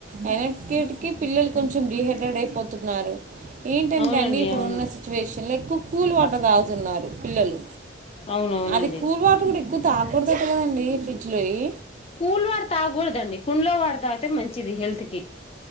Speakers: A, on the right; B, on the left.
A: అయిన కీట్కి పిల్లలు కొంచెం డిహైడ్రేట్ అయిపోతున్నారు ఏంటంటే
B: అవునండి
A: అండి ఇప్పుడు
B: అవును
A: ఉన్న సిచ్యువేషన్ వీళ్ళు ఎక్కువ కూల్ వాటర్ దాగుతున్నారు పిల్లలు
B: అవును అవునండి
A: అది కూల్ వాటర్ కూడా ఎక్కువ తా ఎవరు పెట్టారు కదండి ఫ్రిడ్జ్ లోయి
B: కూల్ వాటార్ తాగకూడదండి కుండ్లో వాటార్ తాగితే మంచిది హెల్త్ కి